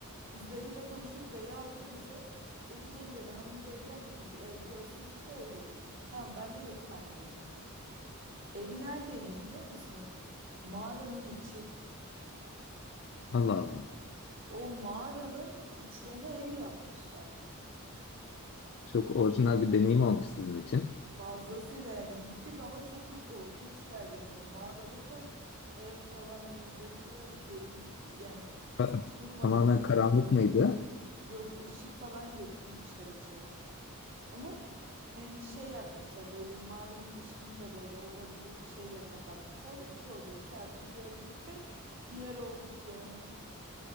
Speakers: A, on the right; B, on the left.
A: Biz dayıyla konuştuk. Dayı aldı bizi. Dedi gelin dedi hanım da evde hani e, görsün sizi öyle gidin. Tamam ben de yakın arkadaşımdayım. Evi neredeydi biliyor musun? Mağaranın içi.
B: Allah Allah.
A: O mağaranın içlerine ev yapmışlar.
B: Çok orijinal bir deneyim olmuş sizin için.
A: Fazlasıyla yani gittik ama çok da korkunç geldi yani mağarada <laughs> ev falan yani böyle biraz gerildik yani
B: Ka-
A: çok durmadık.
B: Tamamen karanlık mıydı?
A: Yok ışık falan getirmişler içeri. Ama hani şey yapmışlar böyle mağaranın dışını da böyle oda gibi bir şeyle kapatmışlar. İki oda iki artı bir ev gibi <laughs> bir yer olmuş yani.